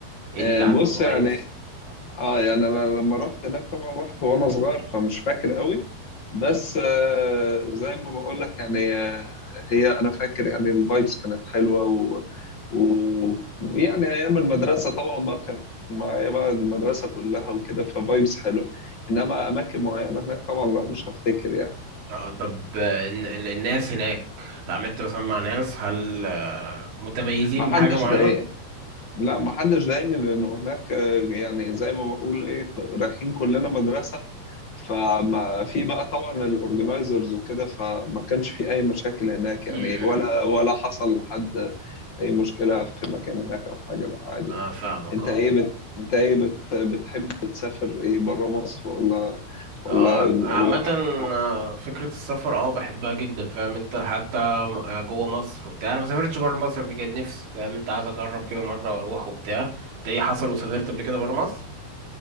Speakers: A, on the right; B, on the left.
A: ايه
B: آه،
A: اللي عنده
B: بص
A: مميز
B: يعني اه يعني انا لما رحت هناك طبعا رحت وانا صغير فمش فاكر قوي بس آه، زي ما بقول لك يعني آه، هي انا فاكر يعني الفايبس كانت حلوه و... و... ويعني ايام المدرسه طبعا بقى كان معايا بقى المدرسه كلها وكده ففايبس حلوه انما اماكن معينه هناك طبعا لا مش هفتكر يعني
A: اه طب آه، ال- ال- الناس هناك اتعاملت مثلا مع ناس هل آه، متميزين
B: ما حدش
A: بحاجة معينة؟
B: ضايقني لا ما حدش ضايقني لانه هناك آه، يعني زي ما بقول ايه ك- رايحين كلنا مدرسه فما في بقى طبعا الاورجنايزرز وكده فما كانش في اي مشاكل هناك
A: امم
B: يعني ولا ولا حصل لحد اي مشكله في مكان هناك او حاجه لا عادي
A: اه
B: يعني.
A: فاهمك
B: انت
A: اه
B: ايه بت... انت ايه بت... بتحب تسافر ايه بره مصر ولا ولا
A: اه
B: ولا
A: عامة
B: جوه؟
A: آه، فكرة السفر اه بحبها جدا فاهم انت حتى آه، جوه مصر وبتاع انا ما سافرتش بره مصر بجد نفسي فاهم انت عايز اجرب كده مرة واروح وبتاع انت ايه حصل وسافرت قبل كده بره مصر؟